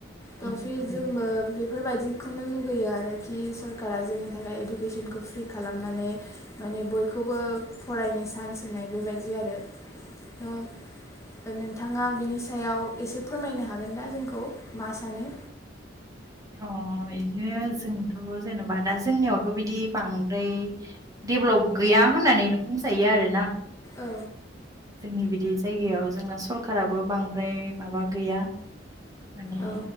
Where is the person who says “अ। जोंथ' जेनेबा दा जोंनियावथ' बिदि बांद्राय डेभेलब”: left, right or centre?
Right